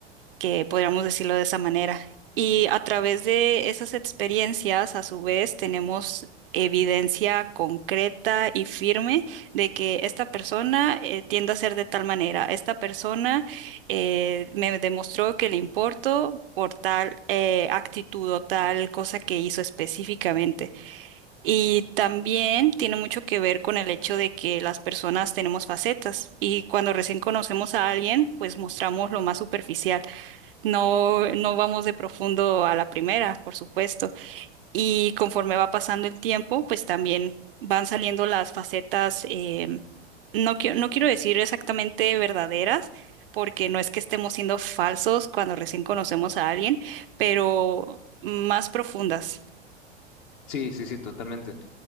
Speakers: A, on the right; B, on the left.
A: que podríamos decirlo de esa manera. Y a través de esas experiencias, a su vez, tenemos evidencia concreta y firme de que esta persona eh, tiende a ser de tal manera. Esta persona eh, me demostró que le importo por tal eh, actitud o tal cosa que hizo específicamente. Y también tiene mucho que ver con el hecho de que las personas tenemos facetas y cuando recién conocemos a alguien, pues mostramos lo más superficial. No, no vamos de profundo a la primera, por supuesto. Y conforme va pasando el tiempo, pues también van saliendo las facetas, em, no, qui- no quiero decir exactamente verdaderas, porque no es que estemos siendo falsos cuando recién conocemos a alguien, pero más profundas.
B: Sí, sí, sí, totalmente.